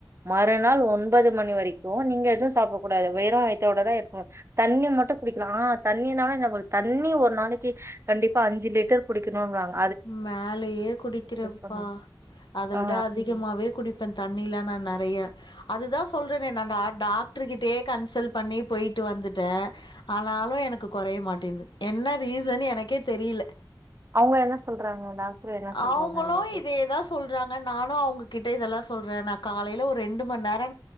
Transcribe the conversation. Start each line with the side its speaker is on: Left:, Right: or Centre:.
Right: மறுநாள் ஒன்பது மணி வரைக்கு நீங்க எதுவு சாப்டக்கூடாது வெறு வைத்தோட தா இருகோண் தண்ணி மட்டு குடிக்கலா தண்ணினால நம்ளுக் தண்ணி ஒரு நாளைக்கி கண்டிப்பா அஞ்சி லிட்டர் குடிக்கணுங்றாங்க
Left: மேலயே குடிக்றேப்பா
Right: பண்ணு
Left: அத
Right: ஆ
Left: விட அதிகமாவே குடிப்பேன் தண்ணிலா நா நெறையா அதுதா சொல்றேனே நா டாக்ட்ரு கிட்டயே கன்சல்ட் பண்ணி போயிட்டு வந்துட்டே ஆனாலு எனக்கு கொறைய மாட்டேன்து என்ன ரீசன் எனக்கே தெரியில
Right: அவுங்க என்ன சொ சொல்றாங்க டாக்ட்ரு என்ன சொல்றாங்க
Left: அவங்களு
Right: இன்னிக்கி
Left: இதே தா சொல்றாங்க நானு அவங்ககிட்ட இதெல்லா சொல்றே நா காலைல ஒரு ரெண்டு மண்நேரோ